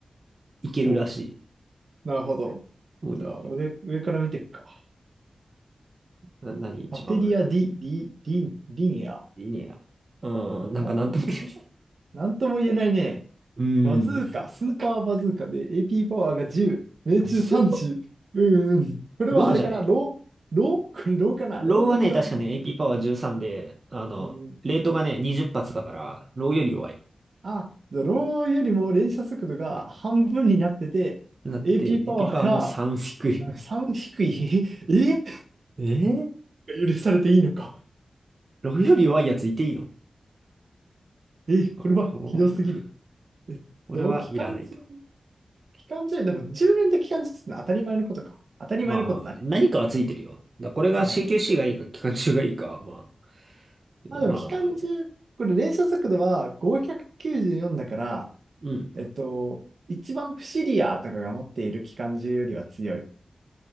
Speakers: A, on the right; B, on the right.
A: いけるらしい。
B: お、なるほど。
A: もうなんか
B: じゃあ、上、上から見ていくか。
A: な、何一番上。
B: パテリア・ディ、リ、リ、リニア。
A: いいねや。うん、
B: これは
A: なんかなんとも言えない。
B: なんとも言えないね。
A: うーん、
B: バズーカ、
A: <laughs> そうですかって。
B: スーパーバズーカで AP パワーが10、命中30。
A: ス
B: うんうん。これはあれかなロー、
A: ローじゃね
B: ローこれローかなローと比べて、
A: ローはね、確かね、AP パワー13で、あの、
B: うん
A: レートがね、20発だから、ローより弱い。
B: あ、ローよりも連射速度が半分になってて、
A: なって、
B: AP パワーが
A: AP パワーも3低い。
B: うん。3低い。<laughs> え、え
A: <laughs> えー、
B: 許されていいのか。
A: ローより弱いやついていいの
B: え、これはひどすぎる。
A: こう、
B: えっと、
A: これはいらないと。
B: 機関銃、機関銃、でも10連で機関銃ってのは当たり前のことか。当たり前のことだね。
A: まあまあ、何かはついてるよ。だこれが
B: なるほど。
A: CQC がいいか、機関銃がいいかは、まあ、
B: まあ、
A: まあ、
B: でも機関銃、これ連射速度は594だから、
A: うん。
B: えっと、一番不思リアとかが持っている機関銃よりは強い。